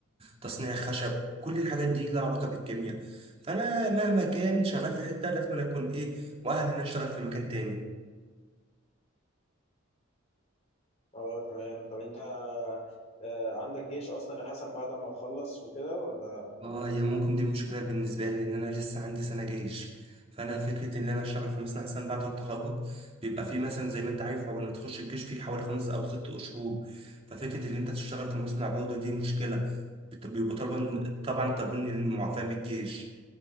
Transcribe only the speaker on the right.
تصنيع الخشب كل الحاجات دي لها علاقه بالكيمياء فانا مهما كان شغال في حته لازم أنا اكون ايه مؤهل ان أنا اشتغل في مكان تاني
اه هي ممكن دي مشكلة بالنسبة لي لأن أنا لسه عندي سنة جيش فأنا فكرة إن أنا أشتغل في مصنع أحسن بعد التخرج بيبقى فيه مثلا زي ما أنت عارف أول ما تخش الجيش فيه حوالي خمس أو ست شهور ففكرة إن أنت تشتغل في مصنع برضه دي مشكلة بت- بيبقوا طالبا طبعا طالبين المعافاة من الجيش